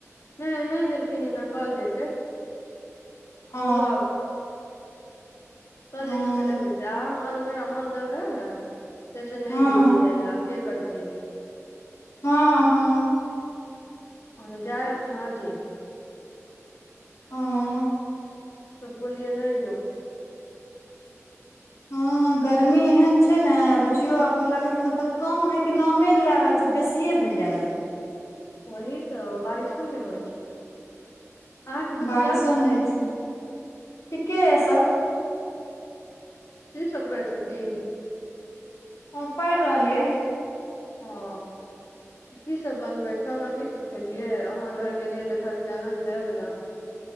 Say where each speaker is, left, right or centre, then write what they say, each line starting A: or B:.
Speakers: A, on the left; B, on the left.
A: नहि नहि गेलखिन एना कल जेतै सुबह
B: ओ
A: कल
B: हँ
A: लेकिन चले जेतै आ हमर मोन दब रहै ने तेसँ नहि
B: हँ
A: देेलियए जाइ ऐबे कर तियऐ
B: हँ हँ
A: अ त जाअ त रहल छिय
B: हाँ
A: बोलियए नहि जो
B: हुँ गर्मी एहेन छै ने बुझियो आब लागे छै मतलब कम हे के नामे ने लए रहल छै बेसीए खायले जा रहल छै
A: वही तऽ बारिशो नहि होइ छै अहाँके बुच्ची
B: बारिशो
A: याद
B: नहि होइ छै ठीके यए सभ
A: किसभ करै छथिन
B: अ पढ़ि रहल यऽ
A: हँ किसभ बनबै खाना किसभ खेलियै अहाँ घर गेलियै तऽ घरके आनन्द लेब ने